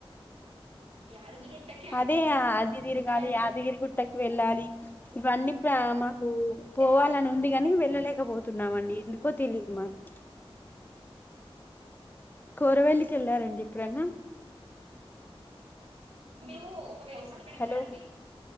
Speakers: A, on the right; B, on the left.
A: యాదగిరిగుట్టకి అర్ధ
B: అది దీర్గాళి
A: గంటనే
B: అదిగిరి గుట్ట వెళ్ళాలి ఇవన్నీ ప్రేమ పోవాలని
A: దూరం
B: ఉంది గాని వెళ్ళలేకపోతు తున్నామండి ఎందుకో తెలిదు మాకు కోరవెల్లికి వెళ్ళారండి ఎప్పుడన్నా
A: మీరు ఒక వ్యవసాయం కడికి
B: హలో
A: రండి